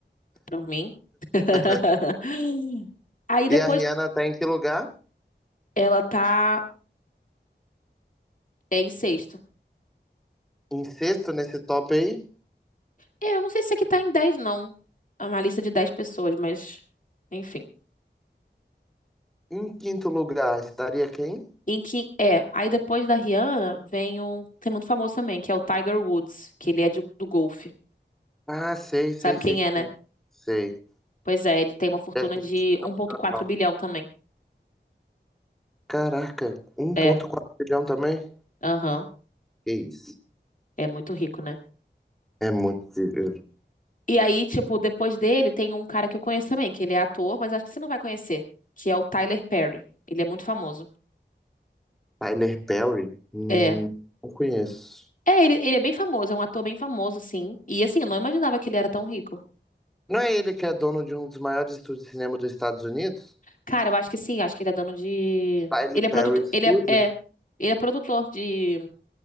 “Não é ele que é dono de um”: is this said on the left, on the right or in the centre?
Centre